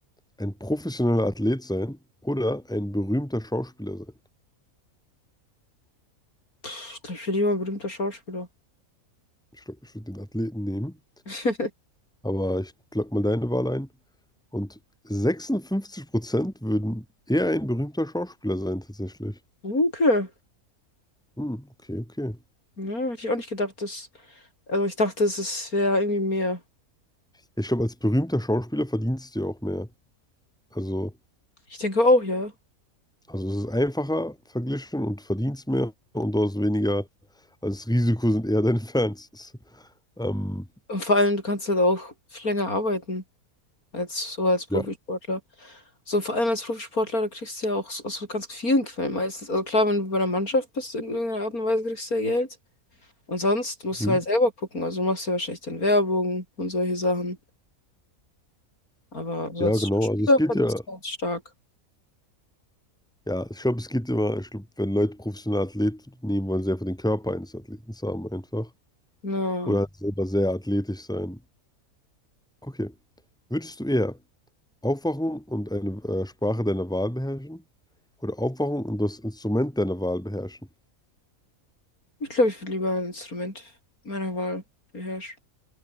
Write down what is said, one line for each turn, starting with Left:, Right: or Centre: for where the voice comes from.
Centre: ein professioneller Athlet sein oder ein berühmter Schauspieler sein?
Left: Pff, ich glaube, ich werde lieber ein berühmter Schauspieler.
Centre: Ich glaube, ich würde den Athleten nehmen,
Left: <laughs>
Centre: aber ich glaube mal deine Wahl ein. Und 56% würden eher ein berühmter Schauspieler sein, tatsächlich.
Left: Okay.
Centre: Hm, okay, okay.
Left: Ja, hätte ich auch nicht gedacht, dass. Also ich dachte, es ist- wäre irgendwie mehr.
Centre: Ich glaube, als berühmter Schauspieler verdienst du ja auch mehr. Also,
Left: Ich denke auch, ja.
Centre: also es ist einfacher verglichen und verdienst mehr und du hast weniger. Also das Risiko sind eher deine Fans. <laughs> Ähm,
Left: Und vor allem, du kannst halt auch länger arbeiten als so als Profisportler.
Centre: ja.
Left: So, vor allem als Profisportler, da kriegst du ja auch so, aus so ganz vielen Quellen meistens. Also klar, wenn du bei einer Mannschaft bist, in irgendeiner Art und Weise kriegst du ja Geld. Und sonst musst
Centre: Hm?
Left: du halt selber gucken. Also du machst ja wahrscheinlich dann Werbung und solche Sachen. Aber so
Centre: Ja,
Left: als
Centre: genau.
Left: Spieler
Centre: Also es geht
Left: verdienst
Centre: ja,
Left: du ganz stark.
Centre: ja, ich glaube, es geht immer, ich glaube, wenn Leute professionelle Athleten nehmen, wollen sie einfach den Körper eines Athleten haben einfach.
Left: Ja.
Centre: Oder halt selber sehr athletisch sein. Okay. Würdest du eher aufwachen und eine äh, Sprache deiner Wahl beherrschen? Oder aufwachen und das Instrument deiner Wahl beherrschen?
Left: Ich glaube, ich würde lieber ein Instrument meiner Wahl beherrschen.